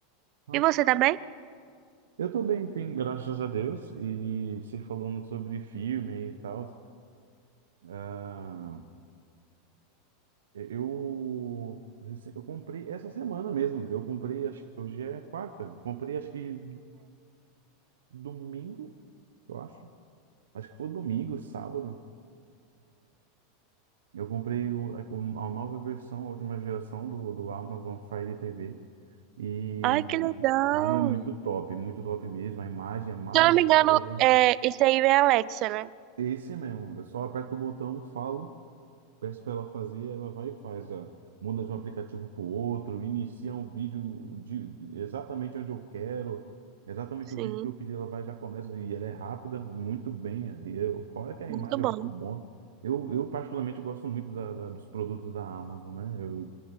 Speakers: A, on the right; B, on the right.
A: ah,
B: E você tá bem?
A: eu tô bem, sim, graças a Deus. E se falando sobre filme e tal, ah, eu, rece- eu comprei essa semana mesmo. Eu comprei, acho que hoje é quarta. Comprei, acho que domingo, eu acho. Acho que foi domingo, sábado. Eu comprei o- o- a nova versão, a última geração do, do Amazon Fire TV e,
B: Ai, que legal!
A: cara, é muito top, muito top mesmo. A imagem é maravilhosa.
B: Se eu não me engano, é, esse aí é Alexa, né?
A: Esse mesmo, eu só aperto o botão, falo peço para ela fazer, ela vai e faz, a, muda de um aplicativo para o outro, inicia um vídeo de, de- exatamente onde eu quero, exatamente
B: Sim,
A: o vídeo que eu pedi, ela vai e já começa, e ela é rápida, muito bem, e eu, fora que a
B: muito
A: imagem
B: bom,
A: é muito boa, eu, eu particularmente gosto muito da, da- dos produtos da Amazon, né, eu,